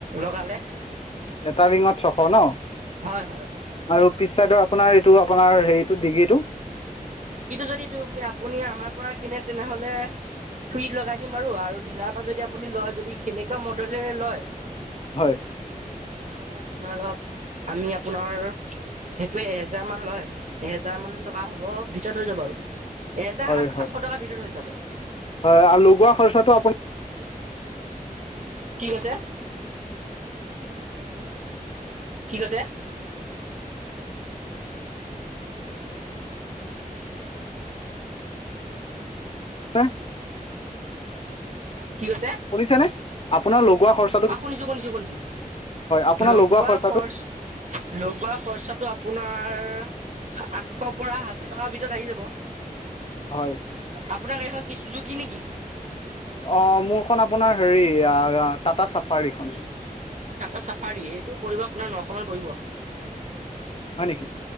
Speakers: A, on the right; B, on the left.
A: লগালে।
B: এটা ৰিঙত ছশ ন।
A: হয় হয়।
B: আৰু পিছ চাইদৰ আপোনাৰ এইটো আপোনাৰ হেৰিটো ডিকিটো?
A: ডিকিটো যদি তু আপুনি আমাৰ পৰা কিনে তেনেহলে, ফ্ৰীত লগাই দিম বাৰু আৰু দীলাৰৰ পৰা যদি আপুনি লয় যদি সেনেকুৱা মডলেৰে লয়,
B: হয়।
A: তেনেহলে আপোনাৰ অলপ আমি আপোনাৰ সেইটোৱে এহেজাৰমানান লয় এহেজাৰ মান টকা হ'ব। ভিতৰত হৈ যাব আৰু এহেজাৰ
B: হয়
A: সাত
B: হয়
A: সাতশ টকাৰ ভিতৰত হৈ যাব।
B: হয় আৰু লগোৱা খৰচাটো আপোনাৰ
A: কি কৈছে? কি কৈছে?
B: কোৱা।
A: কি কৈছে?
B: শুনিছে নে? আপোনাৰ লগোৱা খৰচ
A: অ শুনিছো শুনিছো শুনিছো
B: আপোনাৰ
A: হেল্ল লগোৱা
B: খৰচাটো
A: খৰচ লগোৱা খৰচাটো আপোনাৰ, আঠশৰ পৰা হাজাৰ টকাৰ ভিতৰত আহি যাব।
B: হয়।
A: আপোনাৰ গাড়ীখন কি চুজুকি নেকি?
B: অ মোৰখন আপোনাৰ হেৰি আ আ টাটা চাফাৰীখন।
A: অ' টাটা চাফাৰিয়ে এইটো পৰিব আপোনাৰ নশ মান পৰিব।
B: হয় নেকি।